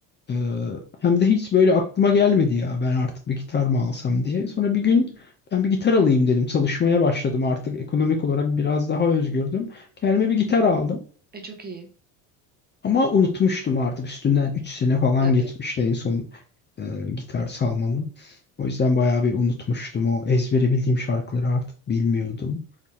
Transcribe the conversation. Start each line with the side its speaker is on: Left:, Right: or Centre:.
Left: ee, hem de hiç böyle aklıma gelmedi ya ben artık bir gitar mı alsam diye. Sonra bir gün ben bir gitar alayım dedim. Çalışmaya başladım artık ekonomik olarak biraz daha özgürdüm. Kendime bir gitar aldım.
Right: E çok iyi.
Left: Ama unutmuştum artık üstünden 3 sene falan
Right: Tabii.
Left: geçmişti en son e, gitar salmamın. O yüzden bayağı bir unutmuştum. O ezbere bildiğim şarkıları artık bilmiyordum.